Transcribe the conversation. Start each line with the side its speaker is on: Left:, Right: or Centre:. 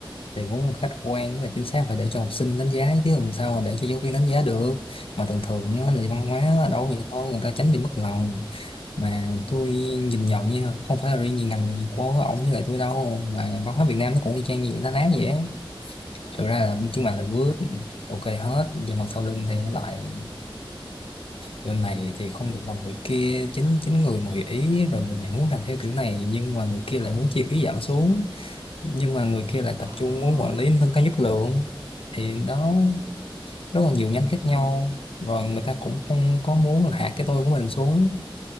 Left: thì muốn một khách quan với là chính xác phải để cho học sinh đánh giá chứ làm sao mà để cho giáo viên đánh giá được mà thường thường á, là văn hóa ở đâu
Right: Ừ.
Left: vậy thôi người ta tránh bị mất lòng mà tôi
Right: Ừ.
Left: nhìn nhận nha không phải là riêng gì ngành của ông với lại tôi đâu mà văn hóa Việt Nam nó cũng y chang như vậy nó ná vậy á thực ra là chúng bạn là good ok hết nhưng mà sau lưng thì nó lại người này thì không được lòng người kia chính chính người mà hội ý rồi người này muốn làm theo kiểu này nhưng mà người kia lại
Right: Ừ.
Left: muốn chi phí giảm xuống nhưng mà người kia lại
Right: À.
Left: tập trung muốn quản lý nâng cao chất lượng thì đó rất là nhiều nhánh khác nhau
Right: Ừ.
Left: rồi người ta cũng không có muốn là hạ cái tôi của mình xuống